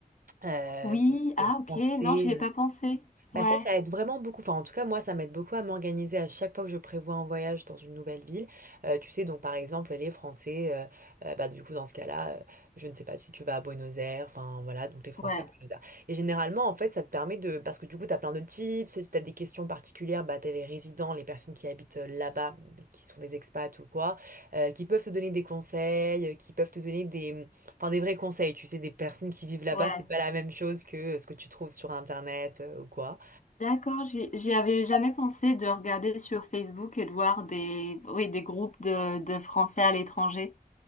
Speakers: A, on the right; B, on the left.
A: euh,
B: Oui, ah
A: de,
B: ok,
A: français.
B: non, j'y ai pas pensé.
A: Bah
B: Ouais,
A: ça, ça aide vraiment beaucoup. Enfin, en tout cas, moi, ça m'aide beaucoup à m'organiser à chaque fois que je prévois un voyage dans une nouvelle ville. Euh, tu sais, donc par exemple, les Français, euh, euh, bah du coup, dans ce cas-là, euh, je ne sais pas si tu vas à Buenos Aires, enfin voilà, donc les Français
B: ouais,
A: à Buenos Aires. Et généralement, en fait, ça te permet de... Parce que du coup, tu as plein de tips, si tu as des questions particulières, bah t'as les résidents, les personnes qui habitent euh, là-bas, qui sont des expats ou quoi, euh, qui peuvent te donner des conseils, euh, qui peuvent te donner des... Enfin, des vrais conseils, tu sais, des personnes qui vivent là-bas,
B: ouais.
A: c'est pas la même chose que euh, ce que tu trouves sur Internet euh, ou quoi.
B: D'accord, j'y j'y avais jamais pensé de regarder sur Facebook et de voir des, oui, des groupes de, de Français à l'étranger.